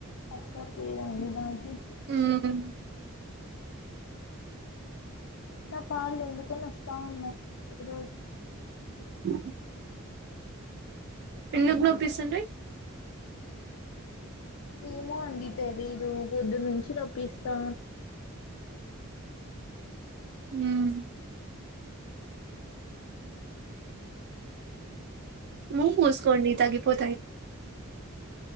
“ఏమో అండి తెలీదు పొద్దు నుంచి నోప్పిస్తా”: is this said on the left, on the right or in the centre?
Left